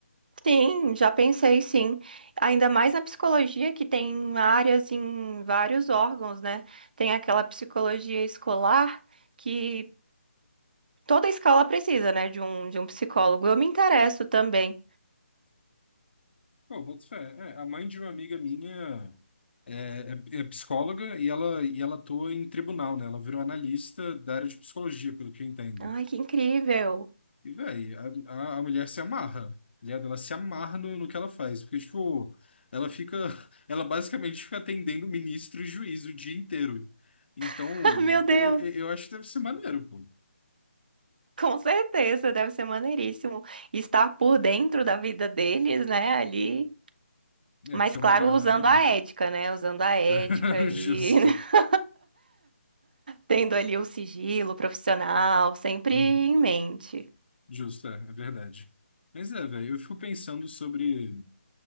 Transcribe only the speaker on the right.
Sim, já pensei, sim. Ainda mais na psicologia, que tem áreas em vários órgãos, né? Tem aquela psicologia escolar que toda escola precisa, né? De um, de um psicólogo. Eu me interesso também.
Ai, que incrível!
<laughs> Meu Deus!
Com certeza, deve ser maneiríssimo estar por dentro da vida deles, né? Ali.
Mas,
claro,
usando a ética, né? Usando a ética
e
<laughs> tendo ali o sigilo profissional sempre
em mente.